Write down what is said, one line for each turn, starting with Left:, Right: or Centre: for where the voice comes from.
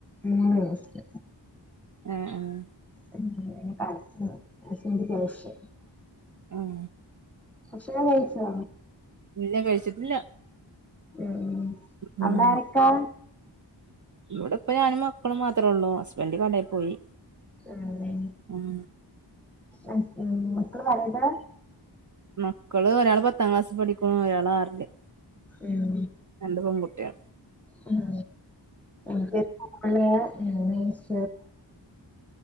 Centre: മൂന്ന് വയസ്സ്
Right: ആഹ ആഹ
Centre: കളിക്കുന്നു <unintelligible>
Right: ഉം
Centre: ഭക്ഷണംകയിച്ചൊ
Right: ഇല്ല കഴിച്ചിട്ടില്ല
Centre: ഉം ഉം
Right: ഉം
Centre: അവിടെ ആരൊക്കാ
Right: ഇവിടെ ഇപ്പ ഞാനും മക്കളും മാത്രേ ഉള്ളൂ ഹസ്ബൻഡ് കടെ പോയി
Centre: ആലെ
Right: ഉം
Centre: ആഹ ഉം മക്കള് വല്താ
Right: മക്കള് ഒരാൾ പത്താം ക്ലാസിൽ പഠിക്കണു ഒരാൾ ആറില്ല്
Centre: ഉം
Right: രണ്ട് പെൺകുട്ടിയാ
Centre: ഉം <unintelligible> പൊണണ്ട്